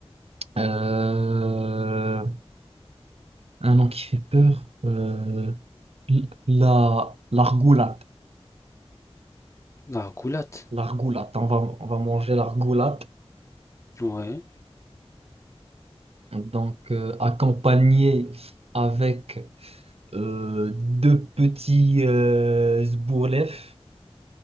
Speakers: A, on the right; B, on the left.
A: Euh, un nom qui fait peur. euh, l- la l'argoulate.
B: la roulotte.
A: L'argoulate. On va on va manger l'argoulate.
B: Ouais,
A: Donc, euh, accompagné avec euh, deux petits euh, zbourlef,